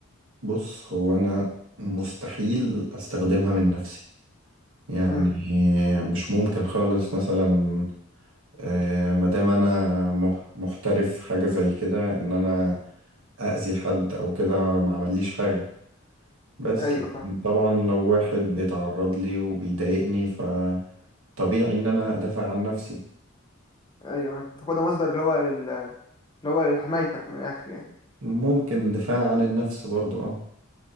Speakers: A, on the right (about 80°); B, on the left (about 20°).
A: بص هو انا مستحيل استخدمها من نفسي يعني
B: امم
A: مش ممكن خالص مثلا آه، مادام انا مح- محترف في حاجة زي كده ان انا اذي حد او كده ما عمليش حاجة بس
B: ايوه
A: لكن
B: فاهم
A: طبعا لو واحد بيتعرض لي وبيضايقني فطبيعي ان انا ادافع عن نفسي
B: ايوه تاخدها مصدر اللي هو لل- اللي هو لحمايتك من الاخر يعني
A: ممكن دفاع عن النفس برضو اه